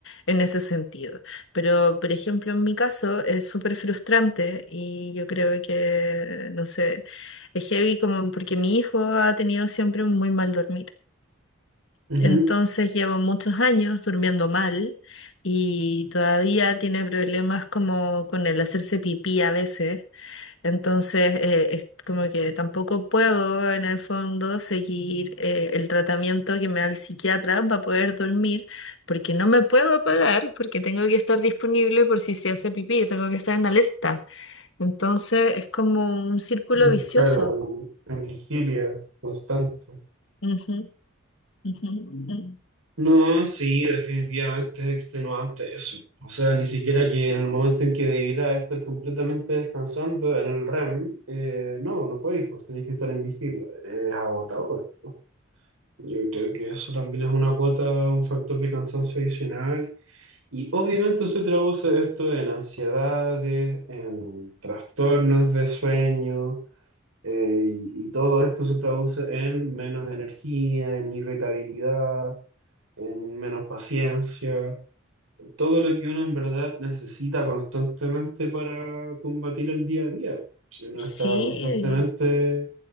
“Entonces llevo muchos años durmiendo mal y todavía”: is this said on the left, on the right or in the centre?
Left